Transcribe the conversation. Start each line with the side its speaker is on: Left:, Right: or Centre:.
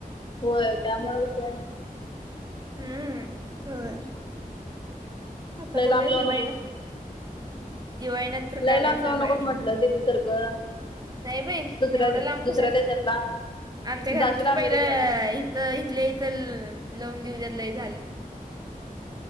Left: होय त्यामुळेच
Right: हम्म होय. आता
Left: लय
Right: बघुया
Left: लांब जाऊ
Right: दिवाळी
Left: नकोस
Right: ना दिवाळी नंतर काढायचा
Left: लय लांब जाऊ
Right: बायोडेटा
Left: नकोस म्हटलं दिदी सारखं
Right: नाही बई
Left: दुसऱ्या
Right: एवड लांब
Left: दुसऱ्या
Right: कशा
Left: देशातला
Right: आमच्या
Left: जाशील
Right: घरातली पहिलं
Left: अमेरिकेला
Right: तर इथल्या इथ लावून देऊ देत लय झालं.